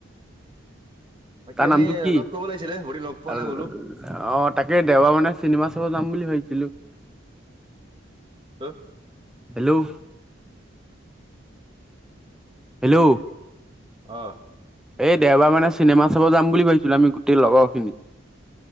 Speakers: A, on the right; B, in the centre.
A: বাকী
B: তাৰ নামটো
A: আমি
B: কি?
A: লগ কৰিব লাগিছিলে বহু দিন লগ পোৱা
B: অ'
A: নাই বোলো
B: তাকে দেওবাৰ মানে চিনেমা যাম বুলি ভাবিছিলোঁ।
A: হা?
B: হেল্ল', হেল্ল',
A: অহ ',
B: এই দেওবাৰ মানে চিনেমা চাব যাম বুলি ভাবিছিলো আমি গোটেই লগৰ খিনি।